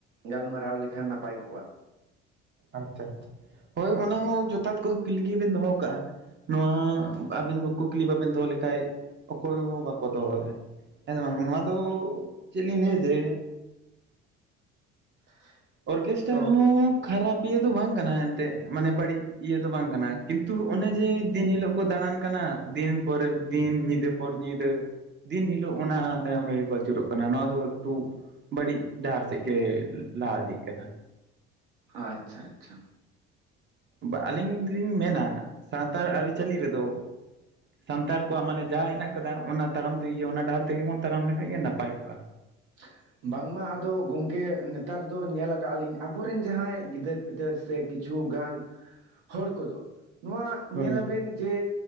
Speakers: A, on the right (about 80°); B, on the right (about 40°).
A: ᱜᱟᱞᱢᱟᱨᱟᱣ ᱞᱮᱠᱷᱟᱱ ᱱᱟᱯᱟᱭ ᱠᱚᱜ-ᱟ᱾
B: ᱟᱪᱪᱷᱟ ᱟᱪᱪᱷᱟ ᱦᱳᱭ ᱚᱱᱟ ᱦᱚᱸ ᱡᱚᱛᱷᱟᱛ ᱠᱩᱠᱩᱞᱤ ᱜᱮ ᱵᱮᱱ ᱫᱚᱦᱚᱣ ᱠᱟᱜᱼᱟ᱾ ᱱᱚᱣᱟ ᱟᱵᱤᱱ ᱠᱩᱠᱞᱤ ᱵᱟᱵᱮᱱ ᱫᱚᱦᱚ ᱞᱮᱠᱷᱟᱡ ᱚᱠᱚᱭ ᱦᱚᱸ ᱵᱟᱠᱚ ᱫᱚᱦᱚᱭᱟ᱾ ᱦᱮᱸ ᱥᱮ ᱵᱟᱝ ᱱᱚᱣᱟ ᱫᱚ ᱪᱮᱜ ᱞᱤᱧ ᱞᱟᱭᱟᱹ ᱡᱮ
A: <inaudible>
B: ᱚᱨᱠᱮᱥᱴᱟᱨ
A: ᱛᱚ
B: ᱦᱚᱸ ᱠᱷᱟᱨᱟᱯ ᱤᱭᱟᱹ ᱫᱚ ᱵᱟᱝ ᱠᱟᱱᱟ ᱮᱱᱛᱮᱜ ᱢᱟᱱᱮ ᱵᱟᱹᱲᱤᱡ ᱤᱭᱟᱹ ᱫᱚ ᱵᱟᱝ ᱠᱟᱱᱟ ᱠᱤᱱᱛᱩ ᱚᱱᱮ ᱡᱮ ᱫᱤᱱ ᱦᱤᱞᱳᱜ ᱠᱚ ᱫᱟᱬᱟᱱ ᱠᱟᱱᱟ ᱫᱤᱱ ᱯᱚᱨᱮ ᱫᱤᱱ ᱧᱤᱫᱟᱹ ᱯᱚᱨ ᱧᱤᱫᱟᱹ᱾ ᱫᱤᱱ ᱦᱤᱞᱳᱜ ᱚᱱᱟ ᱛᱟᱭᱚᱢ ᱨᱮᱜᱮ ᱠᱚ ᱟᱪᱩᱨᱚᱜ ᱠᱟᱱᱟ ᱱᱚᱣᱟ ᱫᱚ ᱮᱠᱴᱩ ᱵᱟᱹᱲᱤᱡ ᱰᱟᱦᱟᱨ ᱥᱮᱜ ᱜᱮ ᱞᱟᱦᱟ ᱤᱫᱤᱜ ᱠᱟᱱᱟ᱾
A: ᱟᱪᱪᱷᱟ ᱟᱪᱷᱟ᱾
B: ᱵᱟ ᱟᱞᱤᱧ ᱫᱩᱞᱤᱧ ᱢᱮᱱᱟ ᱥᱟᱱᱛᱟᱲ ᱟᱨᱤᱼᱪᱟᱹᱞᱤ ᱨᱮᱫᱚ ᱥᱟᱱᱛᱟᱲ ᱠᱚᱣᱟᱜ ᱢᱟᱱᱮ ᱡᱟᱦᱟᱸ ᱦᱮᱱᱟᱜ ᱠᱟᱫᱟ ᱚᱱᱟ ᱛᱟᱲᱟᱢ ᱛᱮ ᱤᱭᱟᱹ ᱚᱱᱟ ᱰᱟᱦᱟᱨ ᱛᱮᱜᱮ ᱵᱚᱱ ᱛᱟᱲᱟᱢ ᱞᱮᱠᱷᱟᱡ ᱜᱮ ᱱᱟᱯᱟᱭ ᱠᱚᱜᱼᱟ᱾
A: <inaudible> ᱵᱟᱝ ᱢᱟ ᱟᱫᱚ ᱜᱚᱝᱠᱮ ᱱᱮᱛᱟᱨ ᱫᱚ ᱧᱮᱞ ᱟᱠᱟᱜᱼᱟ ᱞᱤᱧ ᱟᱵᱚ ᱨᱮᱱ ᱡᱟᱦᱟᱸᱭ ᱜᱤᱫᱟᱹᱨ ᱯᱤᱫᱟᱹᱨ ᱥᱮ ᱠᱤᱪᱷᱩ ᱜᱟᱱ ᱦᱚᱲ ᱠᱚᱫᱚ ᱱᱚᱣᱟ
B: ᱦᱳᱭ
A: ᱧᱮᱞᱟ ᱵᱮᱱ ᱡᱮ